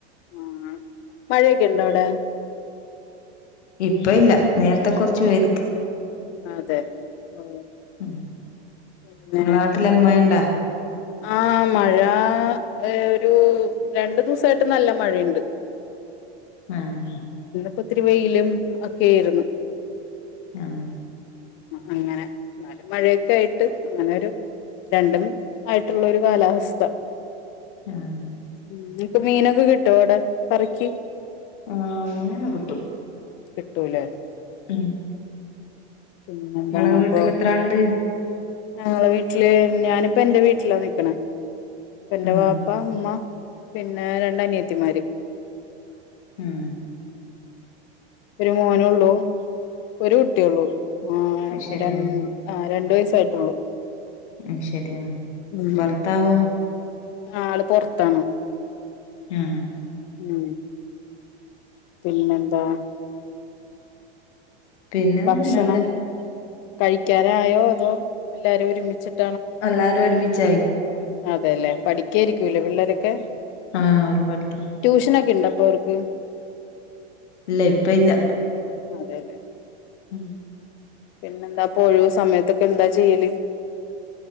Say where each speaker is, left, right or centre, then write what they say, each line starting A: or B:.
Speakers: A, on the left (about 35°); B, on the left (about 85°).
A: ആ മഴയൊക്കെണ്ടോ അവിടെ
B: ഇപ്പൊ ഇല്ല നേരത്തെ കുറച്ച് പെയ്ത്
A: അതെ ഓ
B: ഉം
A: പിന്നേ
B: ഇങ്ങളെ നാട്ടിലെല്ലാം മഴ ഇണ്ടാ
A: ആ മഴ ഏഹ് ഒരു രണ്ടു ദിവസായിട്ട് നല്ല മഴയുണ്ട് <inaudible>
B: ആഹ്
A: ഇപ്പൊ ഇത്തിരി വെയിലും ഒക്കെയായിരുന്നു
B: ആഹ്
A: അങ്ങനെ എന്നാലും മഴയൊക്കെ ആയിട്ട് അങ്ങനെരു രണ്ടും ആയിട്ടുള്ള ഒരു കാലാവസ്ഥ
B: ആഹ്
A: ഉം ഇങ്ങക്ക് മീനൊക്കെ കിട്ടോ അവിടെ <unintelligible>
B: ആഹ് മീനൊന്നും കിട്ടും
A: കിട്ടൂല്ലേ
B: ഉം
A: പിന്നെ എന്താണ്
B: നിങ്ങളെ വീട്ടിൽ
A: അപ്പൊ
B: എത്ര ആളുണ്ട്
A: ഞങ്ങളെ വീട്ടില് ഞാനിപ്പൊ എന്റെ വീട്ടിലാ നിക്കണ്. ഇപ്പ എന്റെ
B: ആഹ്
A: വാപ്പ ഇമ്മ പിന്നെ രണ്ട് അനിയത്തിമാര്
B: ഉം
A: ഒരു മോനൊള്ളൂ ഒരു കുട്ടിയുള്ളൂ ആഹ്
B: അത് ശരിയാ
A: രണ്ട് രണ്ട് വയസായിട്ടുള്ളൂ
B: ഉം ശരിയാ
A: ഉം
B: ഭർത്താവോ
A: ആള് പൊറത്താണ്
B: ആ
A: ഉം പിന്നെന്താ
B: പിന്നെന്ത്
A: ഭക്ഷണം
B: നല്ല
A: കഴിക്കാനായോ അതോ എല്ലാരും ഒരുമിച്ചിട്ട്
B: എല്ലാരും ഒരുമിച്ചാ
A: അതെല്ലേ പഠിക്കായിരിക്കൂല്ലേ പിള്ളേരൊക്കെ
B: ആഹ് ഓല് പഠിക്കുന്നു
A: ട്യൂഷനൊക്കെ ഇണ്ടപ്പൊ അവർക്ക്
B: ഇല്ല ഇപ്പൊ ഇല്ല
A: അതെ ല്ലെ
B: ഉം
A: പിന്നെന്താപ്പൊ ഒഴിവ് സമയത്തൊക്കെ എന്താ ചെയ്യല്